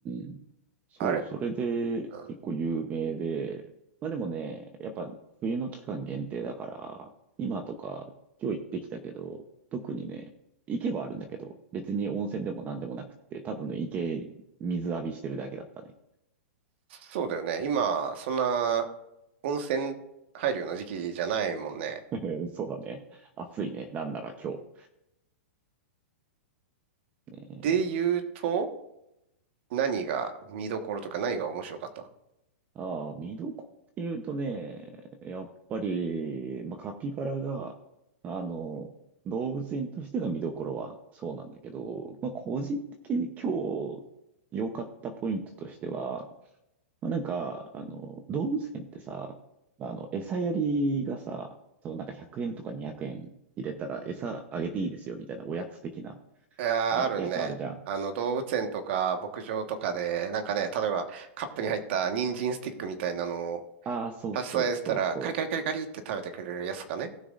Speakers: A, on the right; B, on the right.
A: ん。そう、
B: あれ
A: それで結構有名で、
B: うん
A: まあでもね、やっぱ冬の期間限定だから、今とか今日行ってきたけど、特にね、池はあるんだけど、別に温泉でも何でもなくって、ただの池に水浴びしてるだけだったね。
B: そうだよね。今、そんな、温泉入るような時期じゃないもんね。
A: <laughs> そうだね。暑いね。なんなら今日。ね
B: で言うと、何が見どころとか何が面白かった
A: ああ、見どころっていうとね、やっぱり、まあ、カピバラが、あの、動物園としての見どころはそうなんだけど、まあ、個人的に今日良かったポイントとしては、まあ、なんか、あの、動物園ってさ、あの、餌やりがさ、そう、なんか100円とか200円入れたら餌あげていいですよみたいなおやつ的な、
B: いやー、
A: あれ、
B: あるね。
A: やつあるじゃん。
B: あの、動物園とか牧場とかで、なんかね、例えばカップに入った人参スティックみたいなのを
A: ああ、そうそうそうそう。
B: 差し支えしたら、カリカリカリカリって食べてくれるやつとかね。